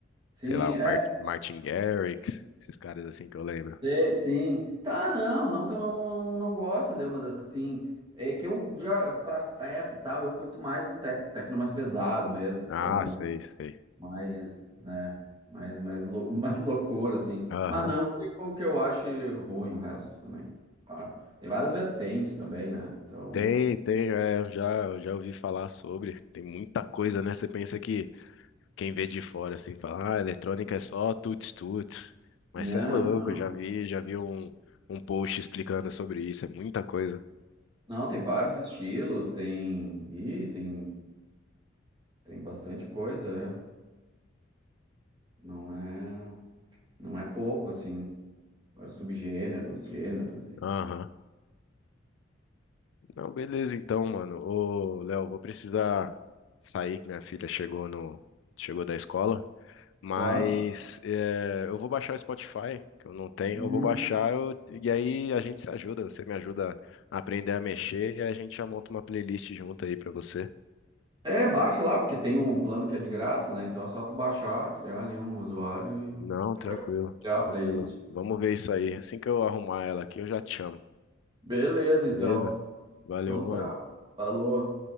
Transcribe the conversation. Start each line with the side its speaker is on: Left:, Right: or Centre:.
Right: sim,
Left: sei lá, um
Right: é,
Left: Mar- Martin Garrix, esses caras assim que eu lembro.
Right: sei, sim. Tá, não, não que eu não, não, não gosto, entendeu? Mas assim, é que eu já, pra festa e tal, eu curto mais um tec, tecno mais pesado mesmo. Então,
Left: Ah, sei, sei.
Right: mais, né, mais, mais, lou- <laughs> mais loucura, assim.
Left: Aham.
Right: Mas não que eu que eu ache ruim o resto também, claro. Tem várias vertentes também, né? Então,
Left: Tem, tem, é, eu já, eu já ouvi falar sobre. Tem muita coisa, né? Você pensa que quem vê de fora assim fala, ah, eletrônica é só tuts-tuts. Mas
Right: não,
Left: você é louco,
Right: não.
Left: eu já vi, já vi um, um post explicando sobre isso, é muita coisa.
Right: Não, tem vários estilos, tem, e tem, tem bastante coisa, é. Não é, não é pouco, assim. Vários subgêneros, gêneros e...
Left: Aham. Não, beleza então, mano. Ô, Léo, vou precisar sair que minha filha chegou no chegou da escola, mas
Right: Tá.
Left: é, eu vou baixar o Spotify, que eu não tenho.
Right: Uhum.
Left: Eu vou baixar eu- e aí a gente se ajuda, você me ajuda a aprender a mexer e a gente já monta uma playlist junto aí pra você.
Right: É, baixa lá, porque tem um plano que é de graça, né? Então é só tu baixar, criar ali um usuário e
Left: Não, tranquilo,
Right: tu pode criar a
Left: tranquilo.
Right: playlist.
Left: Vamos ver isso aí. Assim que eu arrumar ela aqui, eu já te chamo.
Right: Beleza,
Left: Beleza?
Right: então.
Left: Valeu,
Right: Então
Left: mano.
Right: tá. Falou.